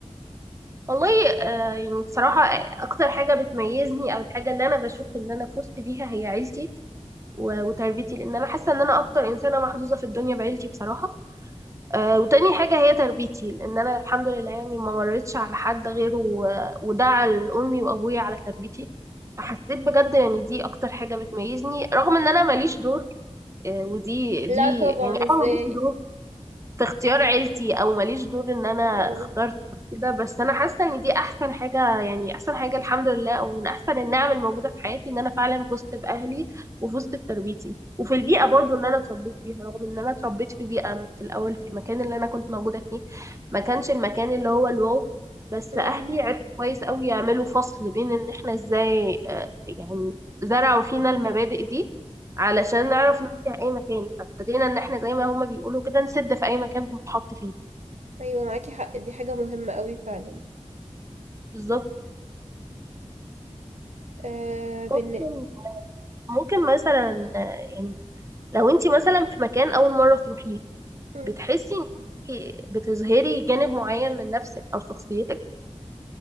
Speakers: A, on the right; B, on the right.
A: والله آه، يعني بصراحة آه، أكتر حاجة بتميزني أو الحاجة اللي أنا بشوف إن أنا فزت بيها هي عيلتي و- وتربيتي لأن أنا حاسة إن أنا أكتر إنسانة محظوظة في الدنيا بعيلتي بصراحة آه، وتاني حاجة هي تربيتي لأن أنا الحمد لله يعني ما مريتش على حد غيره و- ودعا لأمي وأبويا على تربيتي فحسيت بجد يعني دي أكتر حاجة بتميزني رغم إن أنا ماليش دور آه، ودي
B: لا
A: دي
B: طبعا
A: يعني
B: ازاي
A: أنا ماليش دور في اختيار عيلتي او ماليش دور ان انا
B: اه
A: اخترت كده بس انا حاسه ان دي احسن حاجه يعني احسن حاجه الحمد لله او من احسن النعم الموجوده في حياتي ان انا فعلا فزت باهلي وفزت بتربيتي وفي البيئه برضو اللي انا اتربيت فيها رغم ان انا اتربيت في بيئه في الاول في المكان اللي انا كنت موجوده فيه ما كانش المكان اللي هو الواو بس
B: مم.
A: اهلي عرفوا كويس قوي يعملوا فصل بين ان احنا ازاي آه، يعني زرعوا فينا المبادئ دي علشان نعرف نوديها اي مكان فابتدينا ان احنا زي ما هما بيقولوا كده نسد في اي مكان بنتحط فيه
B: ايوه معاكي حق دي حاجة مهمة قوي فعلا
A: بالظبط
B: آه بالن...
A: ممكن ممكن مثلا آه، يعني لو انت مثلا في مكان اول مره تروحيه
B: مم.
A: بتحسي ان انت بتظهري جانب معين من نفسك او شخصيتك